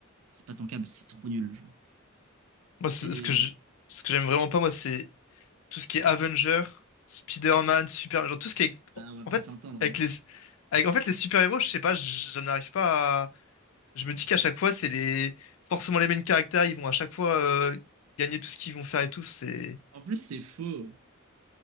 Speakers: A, on the right; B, on the left.
A: c'est pas tankable, c'est trop nul, genre.
B: Moi, c'est-
A: C'est...
B: ce que je, ce que j'aime vraiment pas, moi, c'est tout ce qui est Avenger, Spider-Man, Super, genre tout ce qui est,
A: Ah, on va
B: en
A: pas
B: fait,
A: s'entendre.
B: avec
A: hein.
B: les, avec, en fait, les super-héros, je sais pas, je je n'arrive pas à, je me dis qu'à chaque fois, c'est les, forcément les mêmes caractères, ils vont à chaque fois, euh, gagner tout ce qu'ils vont faire et tout, c'est,
A: En plus, c'est faux.